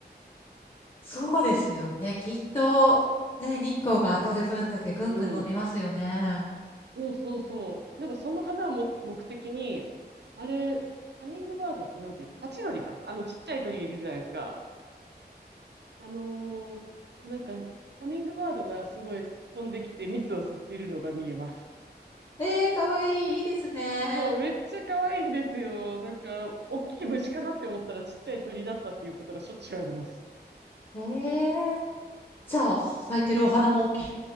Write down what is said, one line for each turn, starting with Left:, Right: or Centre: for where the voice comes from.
Left: そうですよね。きっと、ね、日光が当たる分だけぐんぐん伸びますよね。
Right: うん。そうそうそう。なんかその花をも目的に、あれ、ハミングバードってなんていうの、ハチドリか。あのちっちゃい鳥いるじゃないですか。あのーなんか、ハミングバードがすごい飛んできて蜜を吸ってるのが見えます。
Left: えー、かわいい、いいですね。
Right: そう、めっちゃ可愛いんですよ。なんか、大きい虫かなって思ったらちっちゃい鳥だったっていうことがしょっちゅうあります。
Left: えーじゃあ、咲いてるお花も大き